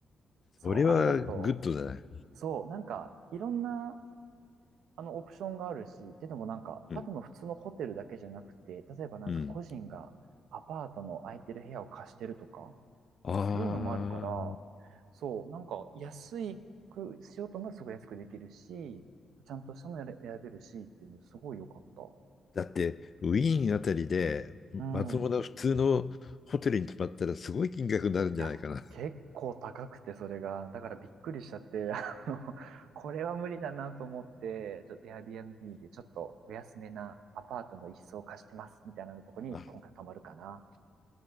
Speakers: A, on the right; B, on the left.
A: う。そう、
B: それはグッドだね。
A: あれだと、そう、なんか、いろんなあのオプションがあるし、っていうのもなんか、
B: うん、
A: ただの普通のホテルだけじゃなくて、例えばなんか個人がアパートの空いてる部屋を貸してるとか、
B: うん。ああ、
A: そういうのもあるから、そう、なんか安くしようと思えばすごい安くできるし、ちゃんとしたのやれ選べるしっていうのすごい良かった。
B: だって、ウィーンあたりで、
A: うん。
B: まともな普通のホテルに泊まったらすごい金額になるんじゃないかな。
A: いや、結構高くて、それが。だからびっくりしちゃって、<laughs> あの、これは無理だなと思って、ちょっと Airbnb でちょっとお安めなアパートの一室を貸してます、みたいなとこに今回泊まるかな。
B: あ